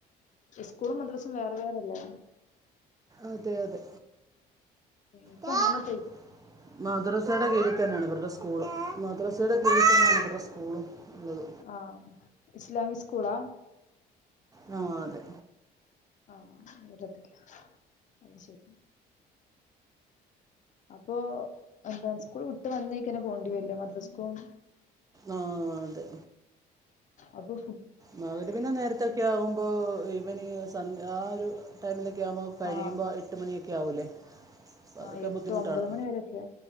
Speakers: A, on the left; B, on the right.
A: സ്കൂളും മദ്രസും വേറെ വേറെല്ലേ
B: അതെ അതെ
A: ഇപ്പൊ
B: ടാ
A: അങ്ങനൊക്ക
B: മദ്രസയുടെ കീഴിൽ തന്നെയാണ് ഇവരുടെ സ്കൂള മദ്രസയുടെ കീഴിൽ തന്നെയാണ് ഇവരുടെ സ്കൂളും ഉള്ളത്
A: ആഹ ഇസ്ലാമിക് സ്കൂളാ
B: ആ അതെ
A: ആഹ വെറതല്ല അത് ശരി അപ്പൊ അഡ്വാൻസ് സ്കൂൾ വന്നേക്കണ് പോകണ്ടി വരൂലേ മദ്രസ്കും
B: ആ അതെ
A: അതെ
B: മകന് പിന്നെ നേരത്തെ ആകുമ്പോ ഇവന് <unintelligible> ആ ഒരു ടൈമിലൊക്കെ ആകുമ്പോൾ കഴിയുമ്പോൾ
A: ആഹ്
B: എട്ട് മണിയൊക്കെ ആകല്ലേ അതൊക്കെ
A: ആഹ് എട്ട്
B: ബുദ്ധിമുട്ടാണ്
A: ഒമ്പത് മണി വരെയൊക്കെ